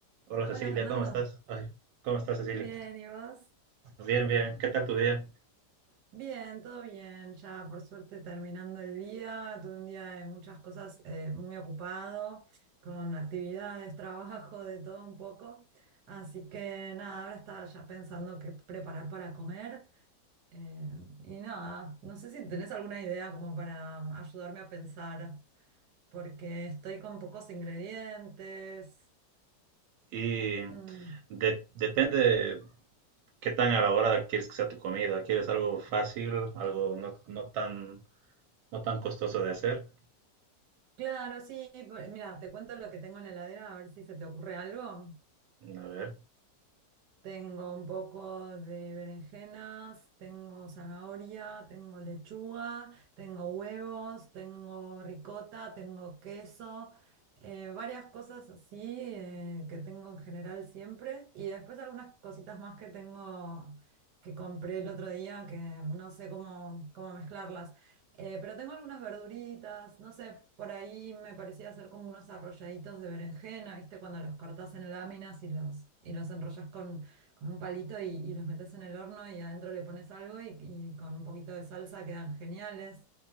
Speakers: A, on the right (about 80°); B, on the right (about 70°).
A: Hola Cecilia,
B: Hola Fernando,
A: ¿cómo estás? Ay, ¿cómo estás Cecilia?
B: bien, ¿y vos?
A: Bien, bien, ¿qué tal tu día?
B: Bien, todo bien, ya por suerte terminando el día, tuve un día de muchas cosas eh, muy ocupado, con actividades, <laughs> trabajo, de todo un poco, así que nada, ahora estaba ya pensando qué preparar para comer eh, y nada, no sé si tenés alguna idea como para ayudarme a pensar, porque estoy con pocos ingredientes.
A: Y
B: Mm.
A: de- depende qué tan elaborada quieres que sea tu comida. ¿Quieres algo fácil, algo no, no tan, no tan costoso de hacer?
B: Claro, sí, bu- mira, te cuento lo que tengo en la heladera, a ver si se te ocurre algo.
A: A ver,
B: Tengo un poco de berenjenas, tengo zanahoria, tengo lechuga, tengo huevos, tengo ricota, tengo queso, eh, varias cosas así eh, que tengo en general siempre. Y después algunas cositas más que tengo que compré el otro día que no sé cómo, cómo mezclarlas. Eh, pero tengo algunas verduritas, no sé, por ahí me parecía hacer como unos arrolladitos de berenjena, ¿viste? Cuando los cortas en láminas y los, y los enrollas con con un palito y, y los metes en el horno y adentro le pones algo y, y con un poquito de salsa quedan geniales.